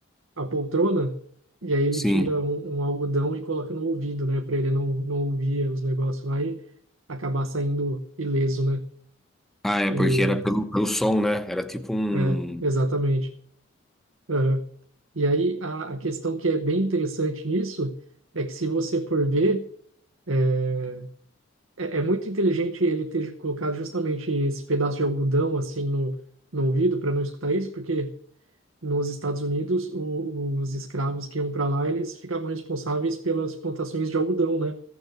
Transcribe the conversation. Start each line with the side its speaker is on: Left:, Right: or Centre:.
Right: a poltrona, e aí ele
Centre: sim.
Right: tira um, um algodão e coloca no ouvido, né, para ele não, não ouvir os negócios lá e acabar saindo ileso, né?
Centre: Ah, é,
Right: E,
Centre: porque era pelo, pelo som, né? Era tipo um.
Right: é, exatamente. Aham. E aí a, a questão que é bem interessante nisso é que se você for ver, é, é é muito inteligente ele ter colocado justamente esse pedaço de algodão assim no, no ouvido para não escutar isso, porque nos Estados Unidos, o, os escravos que iam para lá, eles ficavam responsáveis pelas plantações de algodão, né?